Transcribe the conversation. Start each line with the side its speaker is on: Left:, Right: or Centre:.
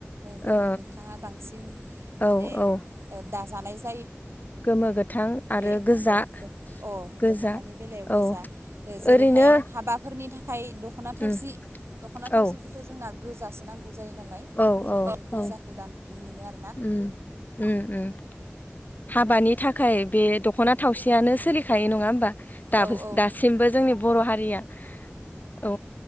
Right: गोमो
Left: ओ
Right: गोथाङा बांसिन माने
Left: औ औ
Right: दाजानायस
Left: गोमो गोथां आरो
Right: बे
Left: गोजा
Right: अ द अ
Left: गोजा
Right: दख'नानि बेलायाव गोजा
Left: औ
Right: जेरैहाय
Left: ओरैनो
Right: हाबाफोरनि थाखा खाय दख'ना थावसि
Left: उम
Right: दखना
Left: औ
Right: थावसिखौ' जों ना गोजासो नांगौ जायो नालाय बेनिखायनो
Left: औ औ
Right: माने गोजाखौ
Left: औ
Right: दान नुनो मोनो आरो।
Left: उम उम उम हाबानि थाखाय बे दख'ना थावसियानो सोलिखायो नङा होमबा
Right: ओ औ औ
Left: दासिमबो जोंनि बर' हारिया औ